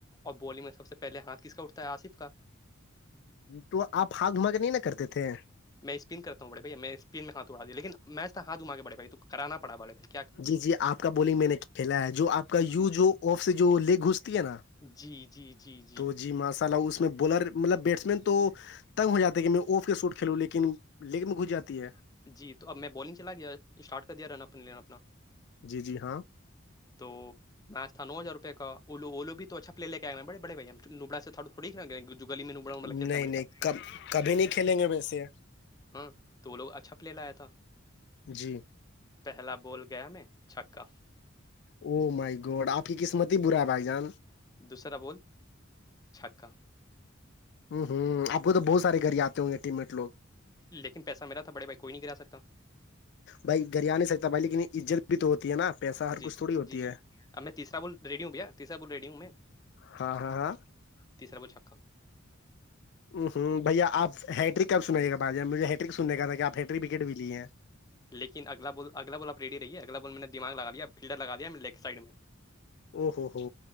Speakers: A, on the left (about 20°); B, on the left (about 55°).
A: اور بولی میں سب سے پہلے ہاتھ کس کا اٹھتا ہے آصف کا
B: تو آپ ہ گھما کے نہیں نا کرتے تھے
A: میں اسپن کرتا ہوں بڑےھائی میں اسپن میں ہاتھ اڑایا لیکنیچ تو ہاتھا کے بڑے بائی تو کراناڑاڑے بائی
B: جی جی آپ کا بالنگ میں نے کھیلا ہے جو آپ کا یو
A: جی
B: جو آف سے جو لیگ گھستی ہے نا
A: جی جی جی
B: تو جی ماشاء اللہ اس میں بولر مطلب بیٹس مین تو تنگ ہو جاتا ہے کہ میں آف کے سوٹ کھیلوں لیکن لیگ
A: ہاں
B: میں گھس جاتی ہے
A: جی تو اب میں بالنگ چلا گیا اسٹارٹ کر دیا رن اپ اپنا
B: جی جی ہاں
A: تو ناسہ نو ہزار روپ کا او اولو بھی تو اچھا پے کےئے بے بڑے بھا سے تھوی گلی م میں ا بڑا والا
B: نہیں
A: کلتا ہے میں نے
B: نہیں
A: چل
B: کب کبھی نہیں کھیلیں گے ویسے
A: ہاں تو وہ لوگ اچھا پلے لایا تھا
B: جی
A: پہلا بول گیا میں چھکا
B: او مائی گوڈ آپ کی قسمت ہی برا ہے بھائی جان
A: دوسرا بول چھکا
B: ہوں ہوں آپ کو تو بہت سارے گھر آتے ہوں گے ٹیمٹوگ
A: لیکن پیسہ میرا تھا بڑے بھائی کوئی نہیں گ کرا سکتا
B: بھائی گھر آ نہیں سکتا بھائی لیکن عزت بھی تو ہوتی ہے نا پیسہ ہر
A: جی
B: کچھ
A: جی
B: تھوڑی ہوتی
A: جی جی
B: ہے
A: اب میں تیر بول ری ہوں بیایر بول ری ہوں میں
B: ہاں ہاں ہاں
A: تیسرا بول چھکا
B: ہ ہوں بھیا آ ہیٹرک کب سنائیے گا بار مجھ ہیٹرک سننے کا تھا کہ آپ ہیٹرک وکٹ بھی لیے ہیں
A: لیکن اگلا بال اگلا بال آ ریےگلا بال میں نے دا لگایا فلڈر لگایا میں لیگ سائڈ میں
B: او ہو ہو